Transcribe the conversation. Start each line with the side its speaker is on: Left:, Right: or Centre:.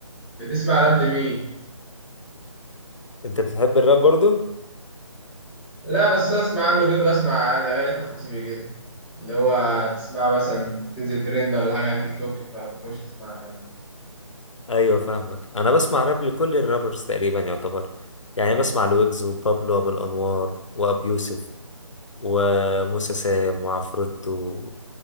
Centre: بتسمع راب لمين
Left: أنت بتحب الراب برضو؟
Centre: لا بس اسمع عنه كده بسمع انا اغاني تخاطيفي كده اللي هو تسمع مثلا تنزل ترند ولا حاجه على التيك توك فبخش اسمعها يعني
Left: أيوة فاهمك أنا بسمع راب لكل الرابرز تقريبا يعتبر يعني بسمع لويجز وبابلو أبو الأنوار وأبي يوسف وموسى سام وعفروتو